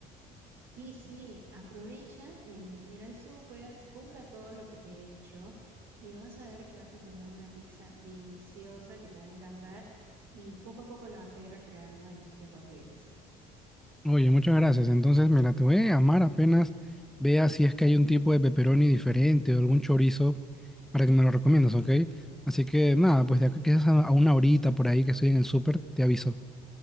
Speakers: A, on the right (about 80°); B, in the centre.
A: Sí, sí, aprovecha en ir al súper, compra todo lo que te he dicho y vas a ver que vas a tener una pizza deliciosa que te va a encantar y poco a poco la vas a ir recreando en tus tiempos libres.
B: Oye, muchas gracias. Entonces, mira, te voy a llamar apenas vea si es que hay un tipo de pepperoni diferente o algún chorizo para que me lo recomiendas, ¿ok? Así que nada, pues de acá quizás a a una horita por ahí que estoy en el súper, te aviso.